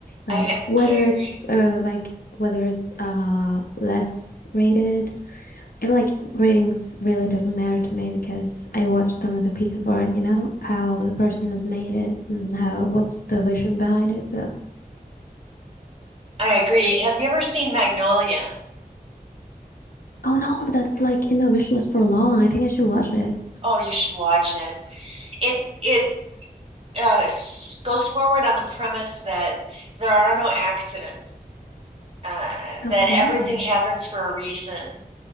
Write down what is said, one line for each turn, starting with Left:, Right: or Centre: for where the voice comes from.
Left: Like
Right: I
Left: whether
Right: I agree.
Left: it's uh like whether it's uh less rated. I like ratings really doesn't matter to me because I watch them as a piece of art, you know, how the person has made it and how what's the vision behind it. So,
Right: I agree. Have you ever seen Magnolia?
Left: oh no, but that's like in the wish list for long. I think I should watch it.
Right: Oh, you should watch it. It it uh, s- goes forward on the premise that there are no accidents. uh,
Left: Okay.
Right: that everything happens for a reason.